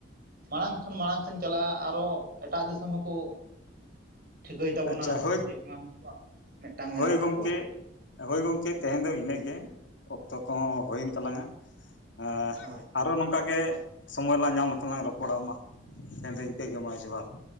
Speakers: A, on the right; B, on the left.
A: ᱢᱟᱲᱟᱝ ᱠᱷᱚᱱ ᱢᱟᱲᱟᱝ ᱛᱮᱧ ᱪᱟᱞᱟᱜ-ᱟ ᱟᱨᱚ ᱮᱴᱟᱜ ᱫᱤᱥᱚᱢ ᱦᱚᱸᱠᱚ ᱾ ᱴᱷᱤᱠᱟᱹᱭ ᱛᱟᱵᱚᱱᱟ
B: ᱟᱪᱪᱷᱟ ᱦᱳᱭ
A: <unintelligible> ᱢᱤᱫᱴᱟᱝ ᱢᱮᱱᱟᱜ
B: ᱦᱳᱭ
A: ᱛᱟᱠᱚᱣᱟ
B: ᱜᱚᱢᱠᱮ
A: ᱾
B: ᱦᱳᱭ ᱜᱚᱢᱠᱮ ᱛᱮᱦᱮᱧ ᱫᱚ ᱤᱱᱟᱹᱜ ᱜᱮ ᱚᱠᱛᱚ ᱠᱚᱦᱚᱸ ᱦᱩᱭᱮᱱ ᱛᱟᱞᱟᱝᱟ ᱾ ᱦᱮᱸ
A: ᱦᱳᱭ
B: ᱟᱨᱚ ᱱᱚᱝᱠᱟ ᱜᱮ ᱾ ᱥᱚᱢᱚᱭ ᱞᱟᱝ ᱧᱟᱢ ᱞᱮᱠᱷᱟᱱ ᱞᱟᱝ ᱨᱚᱯᱚᱲ ᱟ ᱢᱟ ᱛᱮᱦᱮᱧ ᱫᱚ ᱤᱱᱠᱟᱹᱜᱮ ᱢᱟ ᱡᱚᱦᱟᱨ ᱾